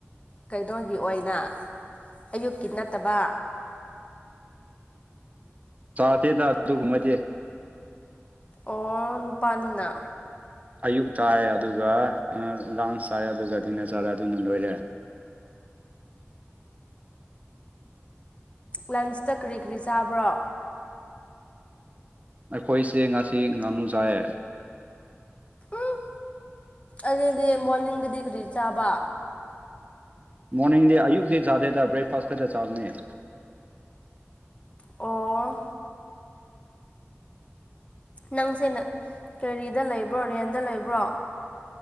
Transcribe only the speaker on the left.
ꯀꯩꯅꯣꯒꯤ ꯑꯣꯏꯅ ꯑꯌꯨꯛꯀꯤ ꯅꯠꯇꯕ
ꯑꯣ ꯅꯨꯄꯥꯅꯤꯅ
ꯂꯟꯁꯇ ꯀꯔꯤ ꯀꯔꯤ ꯆꯥꯕ꯭ꯔꯣ
ꯎꯝ ꯑꯗꯨꯗꯤ ꯃꯣꯔꯅꯤꯡꯗꯗꯤ ꯀꯔꯤ ꯆꯥꯕ
ꯑꯣ ꯅꯪꯁꯦ ꯀꯦꯔꯤꯗ ꯂꯩꯕ꯭ꯔꯣ ꯔꯦꯟꯗ ꯂꯩꯕ꯭ꯔꯣ